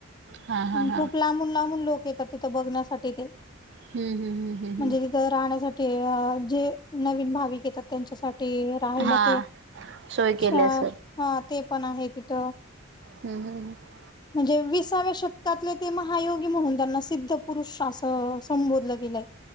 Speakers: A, on the right; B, on the left.
A: हा हा
B: ह्
A: हा
B: खूप लांबून लांबून लोक येतात तिथं बघण्यासाठी ते.
A: हम्म हम्म हम्म हम्म
B: म्हणजे
A: हम्म.
B: तिथं राहण्यासाठी जे नवीन भाविक येतात. त्यांच्यासाठी राहायला
A: हा
B: ते
A: सोय केली
B: श हा
A: असेल.
B: ते पण आहे तिथ.
A: हम् हम ह
B: म्हणजे विसाव्या शतकातले ते महायोगी म्हणून त्यांना सिद्ध पुरुष असं संबोधल गेलंय,